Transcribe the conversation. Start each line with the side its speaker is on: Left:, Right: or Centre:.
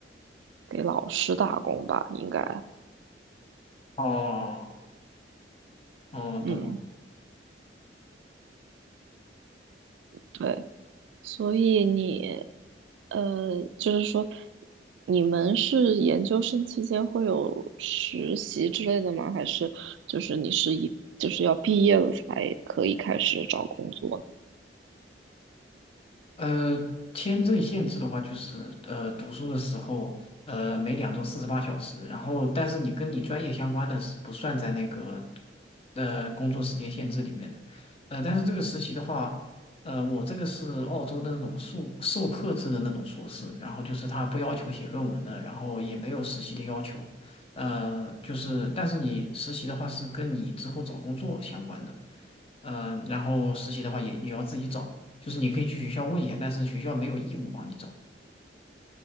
Right: 给老师打工吧，应该。
Left: 哦哦，
Right: 嗯，
Left: 懂了。
Right: 对，所以你，呃，就是说，你们是研究生期间会有实习之类的吗？还是就是你是一就是要毕业了才可以开始找工作呢？
Left: 呃，签证限制的话，就是呃，读书的时候，呃，每两周四十八小时，然后但是你跟你专业相关的是不算在那个呃工作时间限制里面的。呃，但是这个实习的话，呃，我这个是澳洲的那种授授课制的那种硕士，然后就是他不要求写论文的，然后也没有实习的要求，呃，就是但是你实习的话是跟你之后找工作相关的。嗯、然后实习的话也也要自己找，就是你可以去学校问一下，但是学校没有义务帮你找，